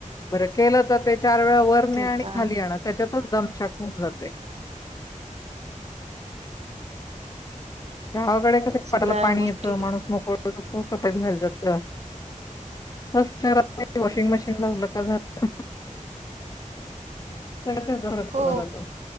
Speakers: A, on the left; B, on the right.
A: बर केलं तर ते चार वेळा वर ने
B: ते
A: आणि
B: तर
A: खाली
B: आहे.
A: आण त्याच्यातच दम थकून जातय गावाकडे कस
B: सगळ्या
A: पाटाला पाणी
B: गोष्टी
A: येतं माणूस मोकळतो कपत घाल जातं <unintelligible> वॉशिंग मशीन लावलं झाल <unintelligible> <unintelligible> फरक
B: हो.
A: पडत जातो